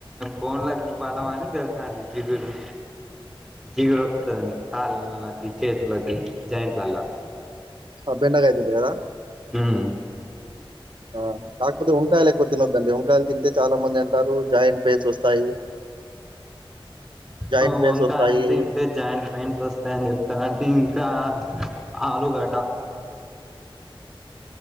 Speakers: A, in the centre; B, on the right.
A: బోన్లకు బలం అని తెలుసండి జిగురు జిగురూ వత్తదని కాళ్ళకి, చేతులకి జాయింట్లలల్లా
B: ఆ బెండకాయ తింటే కదా?
A: ఉమ్
B: ఆ కాకపోతే వంకాయలు ఎక్కువ తినొద్దండి వంకాయలు తింటే చాలా మంది అంటారు జాయింట్ పెయిన్స్ వస్తాయి జాయింట్
A: హొ
B: పెయిన్స్
A: వంకాయల్
B: వస్తాయి.
A: తింటే జాయింట్ పెయింట్స్ వస్తాయన్ చెప్తారంటే ఇంకా ఆలుగడ్డ